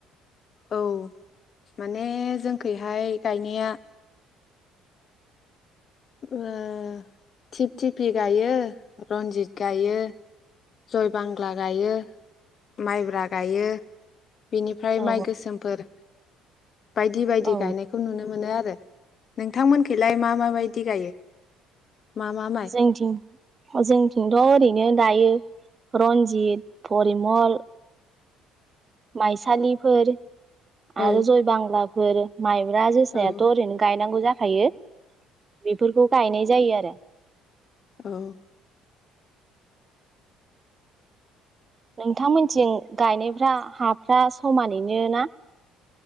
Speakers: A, on the left (about 50°); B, on the right (about 35°).
A: औ माने जोंखैहाय गायनाया ओ थिप थिफि गायो रन्जित गायो जय बांग्ला गायो माइब्रा गायो बेनिफ्राय
B: औ
A: माइ गोसोमफोर बायदि बायदि
B: औ
A: गायनायखौ नुनो मोनो आरो । नोंथांमोनखैलाय मा माबायदि गायो? मा मा माइ
B: जोंथिंअ जोंथिंथ ओरै बिदिनो दायो रनजित परिमल माइसालिफोर
A: औ
B: आरो जयबांग्लाफोर माइब्रा जोसायाथ
A: औ
B: ओरैनो गायनांगौ जा खायो । बेफोरखौ गायनाय जायो आरो । <inaudible>
A: औ ।
B: नोंथांमोनथिं गायनायफ्रा हाफ्रा समानैनो ना?